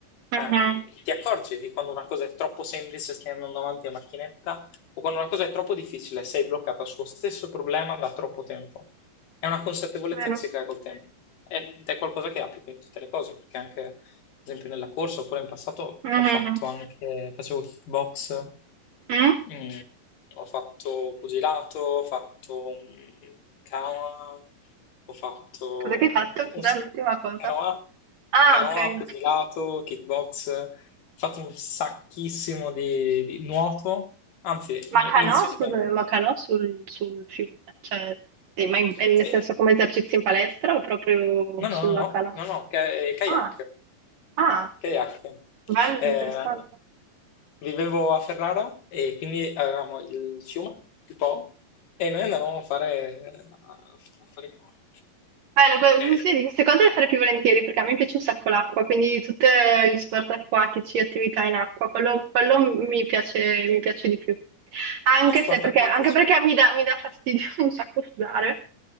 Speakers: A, on the right (about 75°); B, on the left (about 70°).
A: mhm,
B: ehm, ti accorgi di quando una cosa è troppo semplice, stai andando avanti a macchinetta, o quando una cosa è troppo difficile, sei bloccata sullo stesso problema da troppo tempo. È una consapevolezza
A: vero.
B: che si crea col tempo ed è qualcosa che applico in tutte le cose, perché anche ad esempio nella corsa, oppure in passato
A: Mhm.
B: ho fatto anche, facevo kickbox,
A: Mm?
B: mm, ho fatto pugilato, ho fatto mm, canoa, ho fatto
A: Cosa che hai fatto?
B: un-
A: Cos'è l'ultima cosa?
B: canoa,
A: Ah,
B: canoa,
A: ok.
B: pugilato, kickbox, ho fatto un sacchissimo di, di nuoto, anzi,
A: Ma
B: mi,
A: canò,
B: mi dicevi
A: scusami,
B: che anche...
A: ma canò sul, sul fiume, cioè, eh, ma in- eh,
B: Sì,
A: nel senso come esercizi in palestra o proprio
B: no,
A: sulla
B: no, no, no,
A: canò?
B: no, no, ca- kayak.
A: Ah, ah,
B: Kayak.
A: bello,
B: Eh,
A: interessante.
B: vivevo a Ferrara e quindi avevamo il fiume, il Po, e noi andavamo a fare, a, a fare canoa.
A: Bello, que-
B: Eh,
A: sì, sì, di queste cose le farei più volentieri perché a me piace un sacco l'acqua, quindi tutti gli sport acquatici, attività in acqua, quello, quello mi piace, mi piace di più. Anche
B: tu sport
A: se perché,
B: acquatici?
A: anche perché mi dà, mi dà fastidio <laughs> un sacco sudare.